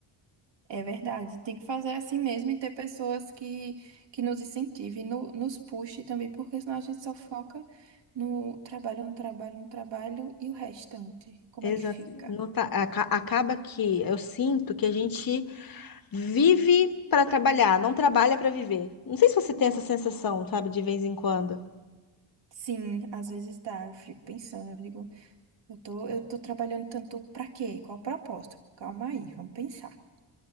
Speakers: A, on the right; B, on the left.
A: É verdade, tem que fazer assim mesmo e ter pessoas que, que nos incentivem, no- nos puxe também, porque senão a gente só foca no trabalho, no trabalho, no trabalho e o restante. Como
B: Exato.
A: é que fica?
B: Não tá- aca- acaba que eu sinto que a gente vive para trabalhar, não trabalha para viver. Não sei se você tem essa sensação, sabe, de vez em quando.
A: Sim, às vezes dá, eu fico pensando, eu digo, eu tô, eu tô trabalhando tanto pra quê? Qual o propósito? Calma aí, vamos pensar.